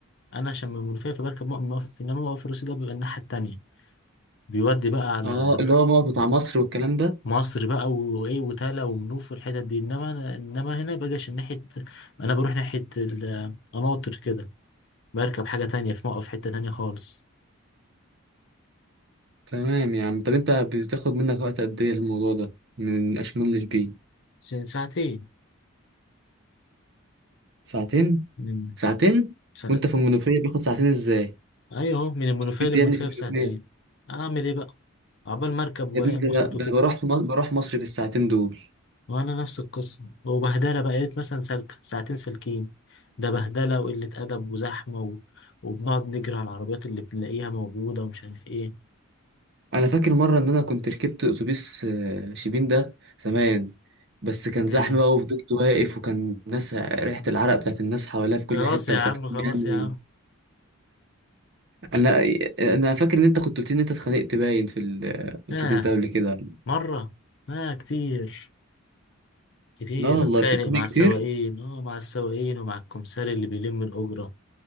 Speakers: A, on the left; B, on the right.
A: أنا عشان من المنوفية فبركب موقف موقف إنما موقف الرئيسي ده بيبقى الناحية التانية بيودي بقى على
B: اه اللي هو موقف بتاع مصر والكلام ده
A: مصر بقى وإيه وتالا ومنوف والحتت دي إنما أنا إنما هنا بجيش ناحية أنا بروح ناحية القناطر كده بركب حاجة تانية في موقف حتة تانية خالص
B: تمام يا عم طب انت بتاخد منك وقت قد ايه الموضوع ده من اشمون لشبين
A: س- ساعتين
B: ساعتين
A: مم.
B: ساعتين
A: ساعت...
B: وانت في المنوفيه بياخد ساعتين ازاي
A: أيوه أهو، من المنوفية
B: انت
A: للمنوفية
B: يا ابني في المنوفيه
A: بساعتين أعمل إيه بقى عقبال مركب وألاقي
B: يا ابني ده
A: مواصلات
B: ده ده
A: وكده
B: انا بروح في مصر بروح مصر في الساعتين دول
A: وانا نفس القصه وبهدله بقى يا ريت مثلا سلك ساعتين سالكين ده بهدله وقله ادب وزحمه و... وبنقعد نجري على العربيات اللي بنلاقيها موجوده ومش عارف ايه
B: انا فاكر مره ان انا كنت ركبت اتوبيس آه، شيبين ده زمان بس كان
A: امم
B: زحمه بقى وفضلت واقف وكان ناس ريحه العرق بتاعت الناس حواليا في كل
A: خلاص
B: حته
A: يا
B: وكانت
A: عم خلاص
B: يعني
A: يا عم
B: انا انا فاكر ان انت كنت قلت لي ان انت اتخانقت باين في ال- الاتوبيس
A: اه
B: ده قبل كده
A: مره اه كتير كتير
B: لا والله
A: اتخانق
B: بتتخانق
A: مع السواقين
B: كتير
A: اه مع السواقين ومع الكمساري اللي بيلم الاجره